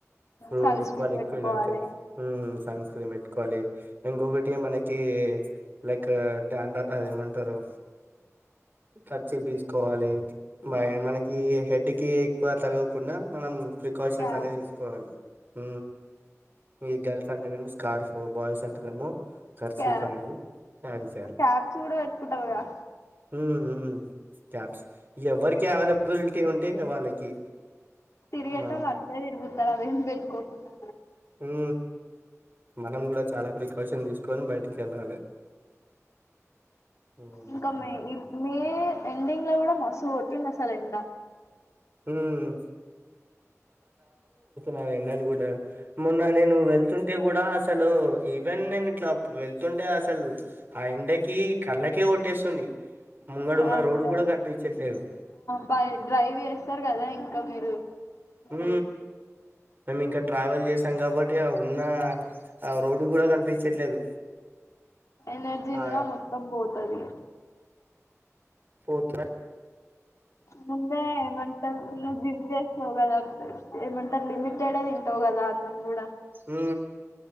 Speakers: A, on the right; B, on the left.
A: ప్పుడు
B: సన్
A: ఎక్కువ
B: స్క్రీన్
A: లిక్విడ్
B: పెట్టుకోవాలి
A: అంటే హ్ సన్ స్క్రీన్ పెట్టు కోవాలి ఇంకొకటి మనకి లైక్ ట్యాండా అదేమంటారు కర్చీఫ్ తీసుకోవాలి మనకి హెడ్, కి ఎక్కువ తలగకుండా మనం, ప్రికాషన్స్
B: క్యాబ్
A: అనేవి తీసుకోవాలి, హు ఈ గర్ల్స్ అంటేనే స్కార్ఫ్ బాయ్స్ అంటేనేమో, కర్చిపు
B: క్యాబ్
A: అనేది క్యారీ చేయాలి
B: క్యాప్స్ కూడా పెట్టుకుంటారు కదా
A: హు హు క్యాప్స్ ఎవరికి అవైలబిలిటీ ఉంటే వాళ్ళకి,
B: తిరిగే
A: మనం
B: టోళ్లు అట్లే తిగుతారు అవి ఏం పెట్టుకోకుండా,
A: ఉ మనం కూడా చాలా ప్రికాషన్ తీసుకొని బయటికి వెళ్ళాలే, ఉమ్,
B: ఇంకా మే
A: అలా
B: మే ఎండింగ్ లో కూడా మస్తు, మస్తు కొట్టిందా అసలు ఎండా,
A: హ్మ్ నా ఎండలు కూడా మొన్న నేను వెళ్తుంటే కూడా, అసలు ఈవెన్. నేను ఇట్లా వెళ్తుంటే అసలు ఆ ఎండకి కళ్ళకే కొట్టేస్తుంది, ముంగడున్న
B: అండ్
A: రోడ్డు గూడా కనిపించట్లేదు
B: బై డ్రైవ్ చేసు చేస్తారు కదా ఇంకా మీరు, అసలు
A: హు మేము ఇంకా ట్రావెల్ చేసాం కాబట్టి ఉన్న రోడ్ కూడా కనిపించట్లేదు,
B: ఎనర్జీ
A: ఆ
B: కూడా మొత్తం పోతాది,
A: పోత
B: ముందే ఎమంటారు ను జిమ్ చేస్త కదా, ఏమంటారు లిమిటెడె తింటావు కదా అన్నం కూడా,
A: హు